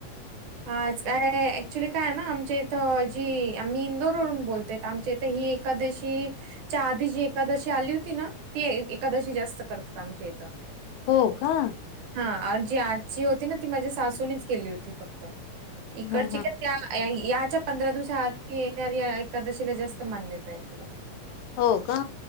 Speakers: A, on the right; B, on the left.
A: आाज काय ऍक्च्युली काय ना आमच्या इथं जी आम्ही इंदोरवरून बोलते त आमच्या इथं ही एकादशी च्या आधी जी एकादशी आली होती ना ती ए एकादशी जास्त करतात आमच्या इथं.
B: हो का.
A: हा जी आजची होती ना ती माझ्या सासूननीच केली होती फक्त इकडची
B: हा हा
A: का याच्या पंधरा दिवसा आधी येणारी एकादशीला जास्त मान्यता इकडं.
B: हो का.